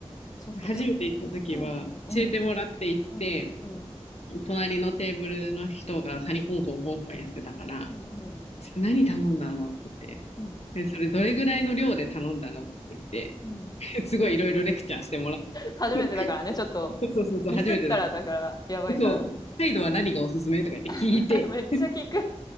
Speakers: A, on the left; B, on the left.
A: ちょっと挑戦したいかもうん
B: る。初めて行った時は、教えてもらって行って、
A: うんうん
B: 隣のテーブルの人がカニコンコンコンコンやってたから、
A: うんうん
B: それ何頼んだのって言って、
A: うんうん
B: でそれどれぐらいの量で頼んだのって言って、
A: うん
B: <laughs> すごいいろいろレクチャーしてもらって、
A: 初めてだからねちょっと
B: <laughs> そうそうそうそう、
A: ミスったらだからやばいから
B: 初めてなんか、そう、サイドは何がおすすめとか言って聞いて、
A: <laughs> めっちゃ聞く